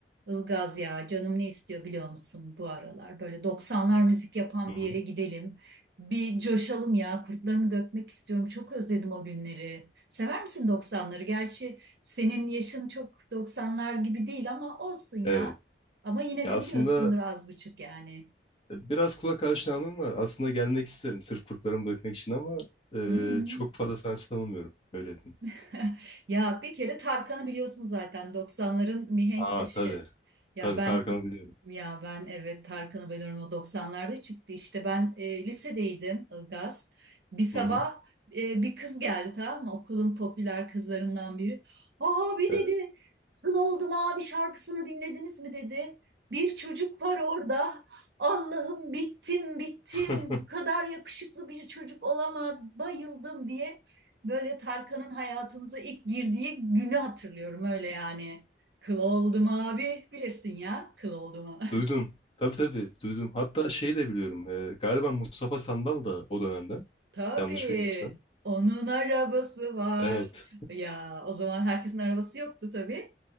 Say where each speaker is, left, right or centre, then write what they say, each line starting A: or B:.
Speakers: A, on the right; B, on the left.
A: Ilgaz ya canım ne istiyor biliyor musun bu aralar? Böyle doksanlar müzik yapan
B: Hı hı.
A: bir yere gidelim. Bir coşalım ya kurtlarımı dökmek istiyorum. Çok özledim o günleri. Sever misin doksanları? Gerçi senin yaşın çok doksanlar gibi değil ama olsun ya.
B: Evet.
A: Ama yine
B: Ya
A: de
B: aslında
A: biliyorsundur az buçuk yani.
B: e, biraz kulak aşinalığım var. Aslında gelmek isterim sırf kurtlarımı dökmek için ama e,
A: Hı hı.
B: çok fazla sanatçı tanımıyorum. Öyle diyeyim.
A: <laughs> Ya bir kere Tarkan'ı biliyorsun zaten 90'ların mihenk
B: Aa
A: taşı.
B: tabii.
A: Ya
B: Tabii
A: ben
B: Tarkan'ı biliyorum.
A: ya ben evet Tarkan'ı biliyorum o 90'larda çıktı işte ben e, lisedeydim Ilgaz. Bir sabah
B: Hı hı.
A: e, bir kız geldi tamam mı okulun popüler kızlarından biri. Aa bir
B: Evet.
A: dedi kıl oldum abi şarkısını dinlediniz mi dedi. Bir çocuk var orada. Allah'ım bittim bittim
B: <laughs>
A: bu kadar yakışıklı bir çocuk olamaz bayıldım diye Böyle Tarkan'ın hayatımıza ilk girdiği günü hatırlıyorum öyle yani. Kıl oldum abi bilirsin ya kıl oldum.
B: Duydum. Tabii tabii duydum. Hatta şey de biliyorum. e, galiba Mustafa Sandal da o dönemden.
A: <laughs> Tabii
B: Yanlış bilmiyorsam.
A: onun arabası var.
B: Evet.
A: Ya o zaman herkesin arabası yoktu tabii.